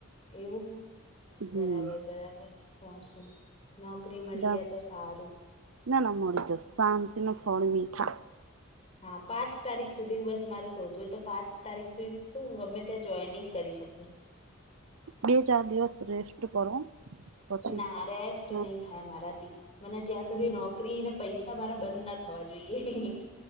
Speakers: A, on the left; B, on the right.
A: એવું
B: હમ
A: બરાબર બરાબર તો શું નોકરી મળી
B: ના
A: જાય તો સારું
B: ના મળી જ શાંતિ નો ફળમી ઠા.
A: હા પાંચ તારીખ સુધી બસ મારે શોધવુંય તો પાં તારીખ સુધી શું હું ગમે ત્યાં જોઈનિંગ કરી શકું
B: બે ચાર દિવસ રેસ્ટ કરો પછી
A: ના રેસ્ટ
B: હા
A: નય થાય મારાથી મને જ્યાં સુધી નોકરીને પૈસા મારા બંધ ના થવા જોઈએ